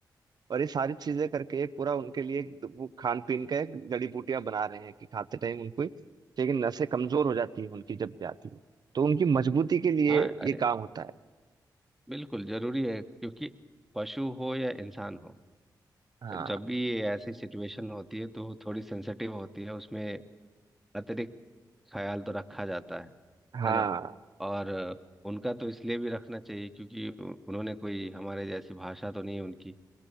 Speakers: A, on the right (about 60°); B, in the centre.
A: और ये सारी चीजें करके एक पूरा उनके लिए एक वो खान पीन का एक जड़ी बूटियां बना रहे हैं कि खाते टाइम उनको ही- लेकिन नसें कमजोर हो जाती है उनकी जब जाती है तो उनकी मजबूती के लिए
B: हाँ अरे
A: ये काम होता है
B: बिल्कुल जरूरी है क्योंकि पशु हो या इंसान हो
A: हाँ
B: जब भी ये ऐसी सिचुएशन होती है तो थोड़ी सेंसिटिव होती है उसमें अतिरिक्त ख्याल तो रखा जाता है
A: हाँ
B: है ना और अ, उनका तो इसलिए भी रखना चाहिए क्योंकि उ- उन्होंने कोई हमारे जैसी भाषा तो नहीं है उनकी